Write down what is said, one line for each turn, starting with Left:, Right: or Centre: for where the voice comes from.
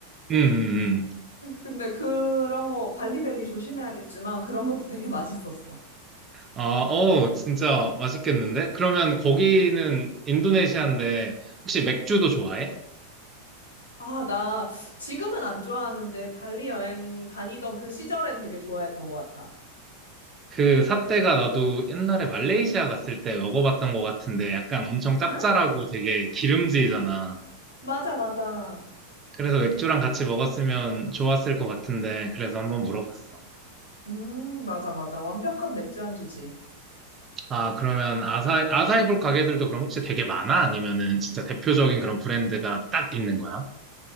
Right: 음, 음. 음.
Left: 근데 그런 거, 발리벨리 조심해야겠지만 그런 것도 되게 맛있었어.
Right: 아, 어, 진짜 맛있겠는데? 그러면 거기는 인도네시아인데, 혹시 맥주도 좋아해?
Left: 아, 나 지금은 안 좋아하는데 발리 여행 다니던 그 시절엔 되게 좋아했던 것 같아.
Right: 그 삿대가 나도 옛날에 말레이시아 갔을 때 먹어봤던 것 같은데, 약간 엄청 짭짤하고
Left: 아,
Right: 되게 기름지잖아.
Left: 맞아, 맞아.
Right: 그래서 맥주랑 같이 먹었으면 좋았을 것 같은데, 그래서 한번 물어봤어.
Left: 음, 맞아, 맞아. 완벽한 맥주 안주지.
Right: 아, 그러면 아사, 아사이볼 가게들도 그럼 혹시 되게 많아? 아니면은 진짜 대표적인 그런 브랜드가 딱 있는 거야?